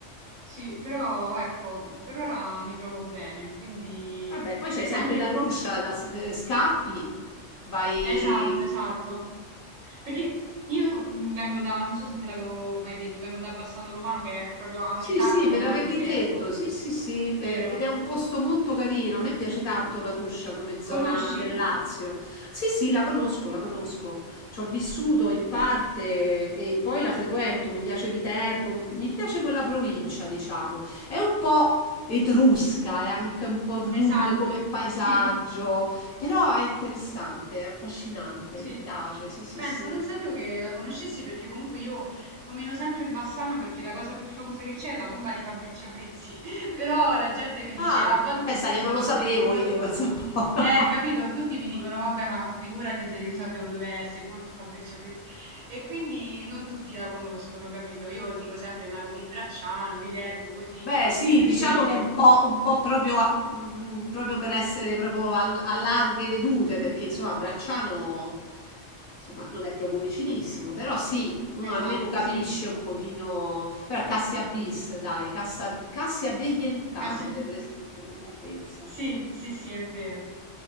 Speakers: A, on the right; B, on the left.
A: Sì, però ecco, per ora mi trovo bene, quindi
B: Vabbè, poi c'hai sempre
A: anche
B: la
A: Roma...
B: tuscia, da, s- eh, scappi, vai,
A: Esatto, esatto. Perché io, mhmm, vengo da non so se te l'avevo mai detto, vengo da Bassano Romano che è proprio a metà
B: Sì, sì,
A: tra Roma
B: me l'avevi
A: e Viterbo,
B: detto, sì, sì, sì, eh,
A: vero?
B: ed è un posto molto carino, a me piace tanto la Tuscia come zona
A: Conosci?
B: del Lazio. Sì, sì, la conosco, la conosco, ci ho vissuto in parte e poi la frequento, mi piace Viterbo, mi piace quella provincia, diciamo. È un po' etrusca, è anche un po' rude
A: Esatto,
B: come paesaggio,
A: sì,
B: però è interessante, è affascinante,
A: sì.
B: mi piace, sì, sì,
A: Pensa,
B: sì.
A: non sapevo che la conoscessi perché comunque io nomino sempre Bassano perché la cosa più famosa che c'è è la tomba di Fabrizio Frizzi, <laughs> però la gente mi dice
B: Ah,
A: a volte
B: pensa
A: mi
B: che
A: è stato
B: non lo sapevo
A: mi è sta
B: io, <laughs> pensa un po'. <laughs>
A: Eh, capito? Tutti mi dicono, vabbè, ma figurati se io sapevo dove è sepolto Fabrizio Frizzi. E quindi non tutti la conoscono, capito? Io dico sempre il lago di Bracciano, Viterbo, così.
B: Beh, sì,
A: E invece,
B: diciamo che è un po', un po' proprio, a- mm, proprio per essere proprio al- a larghe vedute, perché insomma Bracciano insomma, non è proprio vicinissimo, però sì, uno
A: esatto,
B: almeno capisce
A: sì.
B: un pochino, però è Cassia bis, dai, Cassa- Cassia Veientana
A: Cassia-
B: per l'es- per l'esattezza.
A: Sì, sì, sì, è vero.